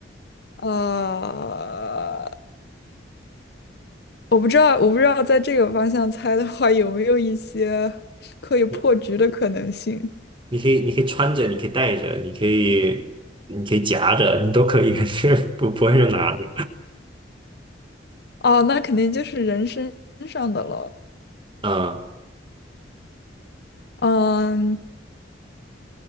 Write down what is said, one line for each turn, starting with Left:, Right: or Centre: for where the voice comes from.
Left: 呃，我不知道，我不知道在这个方向猜的话，有没有一些可以破局的可能性？
Right: 你你可以你可以穿着，你可以戴着，你可以你可以夹着，你都可以，<laughs> 不不会用拿着。
Left: 哦，那肯定就是人身上的了。
Right: 嗯，
Left: 嗯，